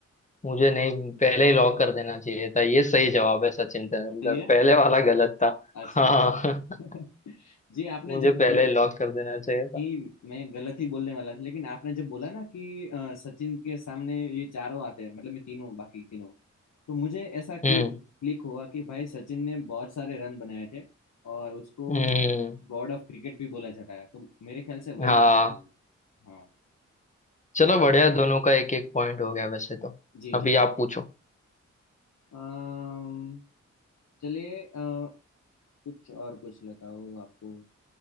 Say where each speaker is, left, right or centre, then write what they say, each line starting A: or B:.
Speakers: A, on the left; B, on the left.
A: मुझे नहीं पहले ही लॉक कर देना चाहिए था ये सही जवाब है सचिन तेंदुलकर
B: सही है
A: पहले वाला गलत था
B: अच्छा
A: हाँ
B: <laughs>
A: <laughs>
B: जी आपने
A: मुझे
B: जब
A: पहले
B: बोला
A: ही लॉक कर देना चाहिए था
B: कि मैं गलत ही बोलने वाला था लेकिन आपने जब बोला ना कि अ, सचिन के सामने ये चारों आते हैं मतलब मैं तीनों बाकी तीनों तो मुझे ऐसा क्लिक
A: हम्म
B: क्लिक हुआ कि भाई सचिन ने बहुत सारे रन बनाए थे और उसको
A: हम्म
B: गॉड ऑफ क्रिकेट भी बोला जाता है तो मेरे ख्याल से वही
A: हाँ
B: होना चाहिए। हाँ
A: चलो बढ़िया दोनों का एक एक पॉइंट हो गया वैसे तो
B: जी
A: अभी
B: जी
A: आप पूछो
B: अम्म, चलिए अ, कुछ और पूछ लेता हूँ आपको